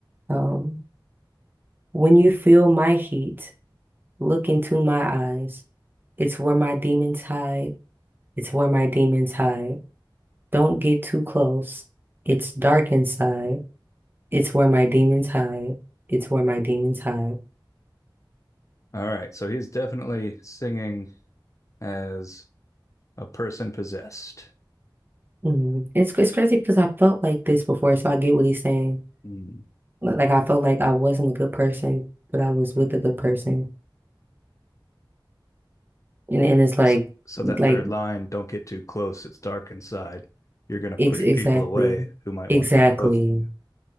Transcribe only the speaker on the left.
All right. So he's definitely singing as a person possessed.
Mm.
So so
that third line, don't get too close, it's dark inside. You're going to push
people away who might
want to be close to you.